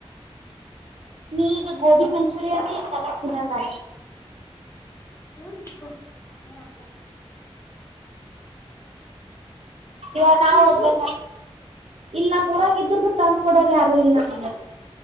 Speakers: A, on the right; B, on the left.
A: ನೀ ಈಗ ಗೋಬಿ ಮಂಚೂರಿಯನ್ ಈ ನಾಲಕ ತಿನ್ನದು
B: ನ್ ಏನಾಗಲ್ಲ
A: ಇ
B: ಮತ್
A: ನಾವ್
B: ನಿಶು
A: ಒಬ್ಬ ಇಲ್ ನಮ್ಮ್ ಊರಾಗಿದ್ರರುನು ತಂದ್ಕೊಡೋರ ಯಾರು ಇಲ್ ಹ